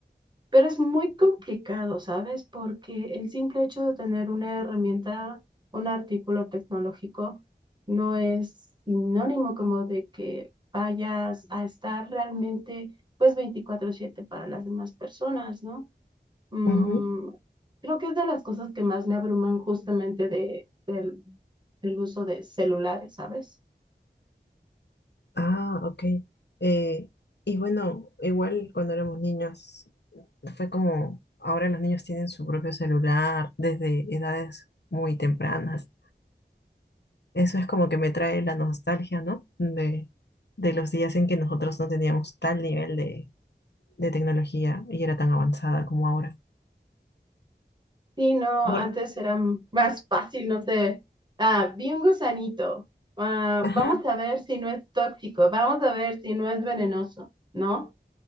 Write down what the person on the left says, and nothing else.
Ujú.
Ah, ok. Eh, y bueno, igual cuando éramos niños, fue como ahora los niños tienen su propio celular desde edades muy tempranas. Eso es como que me trae la nostalgia, ¿no? De, de los días en que nosotros no teníamos tal nivel de, de tecnología y era tan avanzada como ahora.
Por-
ajá,